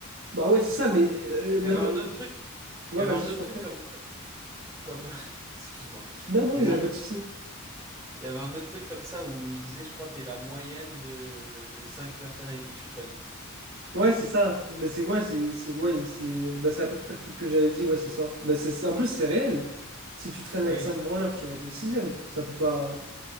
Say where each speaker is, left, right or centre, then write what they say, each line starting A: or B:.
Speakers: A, on the right (about 60°); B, on the right (about 15°).
A: Bah ouais, c'est ça, mais... euh, ben-
B: Il y avait
A: euh,
B: un autre truc.
A: ouais,
B: Il y
A: vas-y,
B: avait un autre
A: je t'en
B: truc
A: prie.
B: comme, comme, <laughs> excuse-moi.
A: Non, non,
B: Il y avait
A: il n'y
B: un
A: a pas de souci.
B: Il y avait un autre truc comme ça où il disait, je crois, t'es la moyenne de... des cinq personnes avec qui tu traînes.
A: Ouais, c'est ça. Bah, c'est ouais, c'est c'est- ouais, c'est bah, c'est à peu près le truc que j'avais dit, ouais, c'est ça. Bah, c'est, c'est- en plus, c'est réel. Si tu traînes
B: Bah
A: avec
B: oui.
A: 5 branleurs, tu vas être le sixième. Ça peut pas...